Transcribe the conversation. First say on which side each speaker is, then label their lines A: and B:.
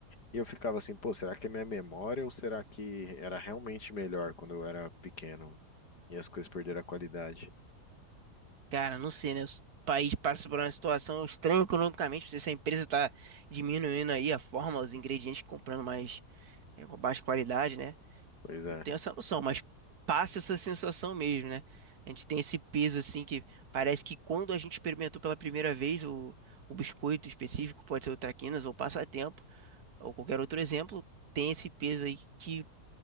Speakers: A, on the left; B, on the right.
A: E eu ficava assim, pô, será que é minha memória ou será que era realmente melhor quando eu era pequeno e as coisas perderam a qualidade?
B: Cara, não sei, né? O país passa por uma situação estranha economicamente. Não sei se a empresa tá diminuindo aí a forma, os ingredientes, comprando mais é, com baixa qualidade, né?
A: Pois é.
B: tenho essa noção, mas passa essa sensação mesmo, né? A gente tem esse peso assim que parece que quando a gente experimentou pela primeira vez o, o biscoito específico, pode ser o traquinas ou passatempo, ou qualquer outro exemplo, tem esse peso aí que